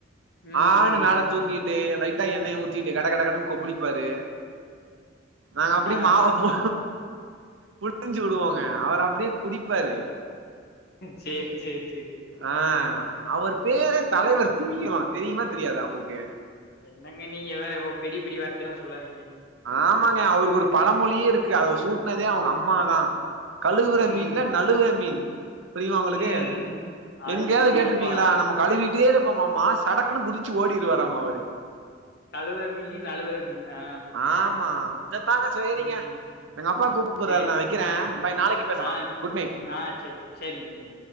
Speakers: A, on the left; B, on the right.
A: ம்.
B: ஆ னு
A: ம்.
B: மேல தூக்கிட்டு லைட்டா எண்ணய ஊத்திட்டு கட கட கடன்னு கொப்பிளிப்பாரு அ அப்டி
A: ஆ
B: மாவ போ புழுஞ்சி விடுவோங்க அவரு அப்டியே குடிப்பாரு
A: சேரி சேரி சேரி சேரி
B: ஆ அவர் பேரே தலைவர் திமிங்கலோ தெரியுமா தெரியாத உங்களுக்கு
A: என்னங்க நீங்க வேற பெரிய பெரிய வார்த்தல்லா சொல்லாதீங்க
B: ஆமாங்க அவருக்கு ஒரு பழ மொழியே இருக்கு அத சூட்னதே அவுங்க அம்மாதா கழுவுற
A: ம்.
B: மீன்ல நழுவுற மீன் புரியுமா உங்களுக்கு
A: ம் ஐய
B: எங்கேயாது கேட்டிருப்பீங்ளா
A: யப்பா
B: நம்ம கழுவி அப்டியை இருப்பமாமா சடக்குன்னு குதிச்சு ஓடிடுவாரம்மா அவரு
A: கழுவுர மீன்லயும் நழுவுர மீன் ஆ
B: ஆமா இத தாங்க செய்ரிங்க
A: ம்
B: எங்க அப்பா கூப்புட்றாரு
A: சேர்
B: நா வெக்கிறே பாய் நாளைக்கு பேசலா
A: ஆ
B: குட் நைட்
A: ஆ செரி சேரிங்க சேரிங்க